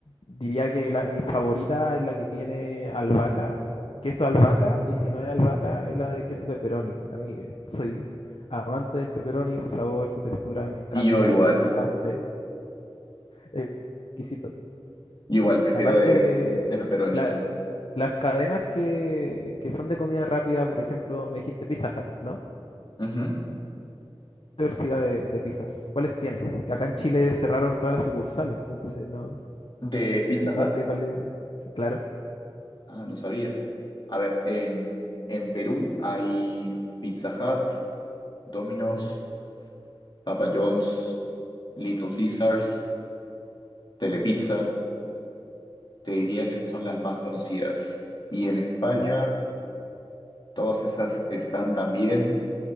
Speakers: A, on the left; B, on the left.
A: diría que la, mi favorita es la que tiene albahaca, queso albahaca, y si no es albahaca, es la de queso pepperoni. A mí eh, soy amante del pepperoni, su sabor, su textura, me encanta,
B: Y yo igual,
A: el picante, es exquisito.
B: yo igual, prefiero
A: Aparte,
B: de, de pepperoni.
A: la- las cadenas que, que son de comida rápida, por ejemplo, me dijiste Pizza Hut, ¿no?
B: Ujú.
A: ¿Qué Diversidad de, de pizzas. ¿Cuáles tienes? Que acá en Chile cerraron todas las sucursales, entonces no,
B: De
A: <laughs>
B: Pizza
A: no
B: Hut.
A: sé cuáles eran. Claro,
B: Ah, no sabía. A ver, en, en Perú hay Pizza Hut, Domino's, Papa John's, Little Caesars, Telepizza, te diría que esas son las más conocidas. Y en España,
A: claro,
B: todas esas están también.